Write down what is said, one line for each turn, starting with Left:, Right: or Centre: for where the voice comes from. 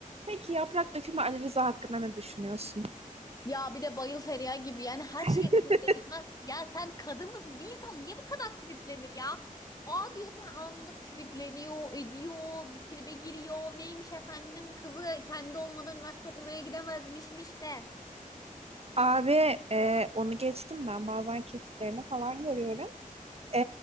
Right: Peki yaprak dökümü Ali Rıza hakkında ne düşünüyorsun?
Left: Ya bir de bayıl Feriha gibi yani her
Right: <laughs>
Left: şeye triplenilmez. ki. Ya sen kadın mısın? Bir insan niye bu kadar triplenir ya? Aa diyorsun anında tripleniyor, ediyor, bir tribe giriyor. Neymiş efendim kızı kendi olmadan üniversite okumaya gidemezmişmiş de.
Right: Abi e, onu geçtim ben bazen kesitlerini falan görüyorum. E,